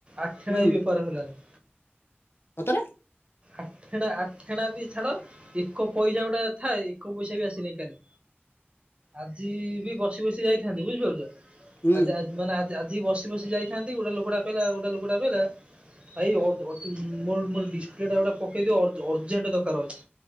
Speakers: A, on the right; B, on the left.
A: ଆଠେଣା
B: ହୁଁ
A: ବି ବେପାର ହେଲାନି।
B: ସତରେ?
A: ଆଠେଣା ଆଠେଣା ବି ଛାଡ ଏକ ପଇସା ଗୋଟା ଥାଏ, ଏକ ପଇସା ବି ଆସିନି କାଲି। ଆଜି ବି ବସି ବସି ଯାଇଥାନ୍ତି ବୁଝିପାରୁଚ,
B: ହୁଁ
A: ଆଜ ଆଜି ମାନେ ଆ ଆଜି ବସି ବସି ଯାଇଥାନ୍ତି ଗୋଟେ ଲୋକଟା କହିଲା ଗୋଟେ ଲୋକଟା କହିଲା। ଭାଇ ଓଁ ମୋର <unintelligible> ଟଙ୍କା ଟା ପକେଇଦିଅ ଅରଜେଣ୍ଟ ଦରକାର ଅଛି